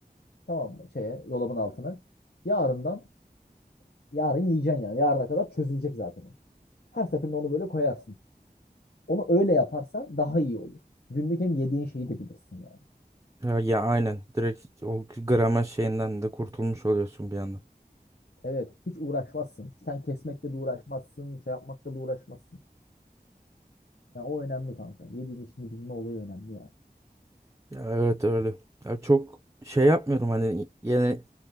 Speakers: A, on the left; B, on the right.
A: Tamam mı? Şeye, dolabın altına. Yarından yarın yiyeceksin yani. Yarına kadar çözülecek zaten o. Her seferinde onu böyle koyarsın. Onu öyle yaparsan daha iyi olur. Günlük hem yediğin şeyi de bilirsin yani.
B: Ya, ya aynen direkt o grama şeyinden de kurtulmuş oluyorsun bir anda.
A: Evet, hiç uğraşmazsın. Sen kesmekle de uğraşmazsın, şey yapmakla da uğraşmazsın. Yani o önemli kanka. Yediğin işini bilme olayı önemli yani.
B: Ya evet öyle. Ya çok şey yapmıyorum hani yine